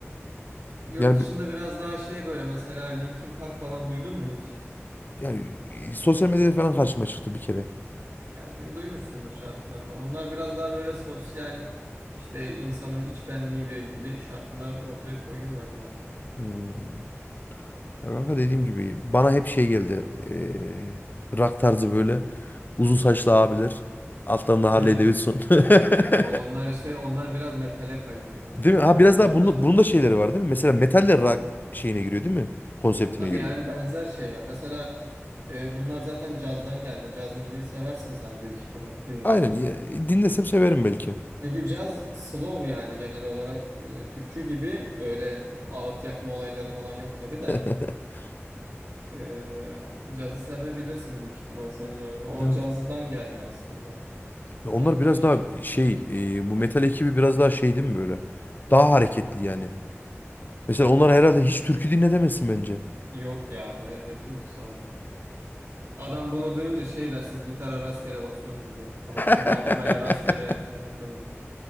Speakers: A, on the right; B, on the left.
A: Yurt
B: yani,
A: dışında
B: bi-
A: biraz daha şey böyle mesela Linkin Park falan duydun mu hiç?
B: yani e, sosyal medyada falan karşıma çıktı bir kere.
A: Ya du- duymuşsundur şarkılarını. Onlar biraz daha böyle sosyal işte insanın iç benliğiyle ilgili şarkılar ortaya koyuyorlar yani.
B: Hmm. Ya Kanka dediğim gibi bana hep şey geldi. Eee rock tarzı böyle uzun saçlı abiler. Altlarında
A: <laughs>
B: Harley Davidson. <laughs>
A: Ama Onlar işte onlar biraz metale kayıyor kanka
B: Değil
A: metal.
B: mi? Ha biraz
A: Onlar
B: daha bunun,
A: da
B: bunun da şeyleri var değil mi? Mesela metal de rock şeyine giriyor değil mi? Konseptine
A: tabii
B: giriyor.
A: yani benzer şeyler. Mesela e, bunlar zaten cazdan gelme. Caz müziği seversin sen büyük ihtimal dinlesen.
B: Aynen. ya, Dinlesem severim belki.
A: Çünkü caz slow yani genel olarak e, türkü gibi öyle ağıt yakma olayları falan yok tabii de.
B: <laughs>
A: Ee, cazı sevebilirsin büyük ihtimal sen yani. O
B: Evet.
A: cazdan gelme aslında.
B: Ya onlar
A: Rock
B: biraz
A: ve şey
B: daha şey,
A: metal.
B: e, bu metal ekibi biraz daha şey değil mi böyle? Daha hareketli yani. Mesela onlar herhalde hiç türkü dinle demezsin bence.
A: Yok ya ne, ne türküsü abi. Adam bunu duyunca şey der siz gitara rastgele basıyorsunuz mu böyle falan.
B: <laughs>
A: Bağlamaya rastgele şey yapıyorsunuz mu?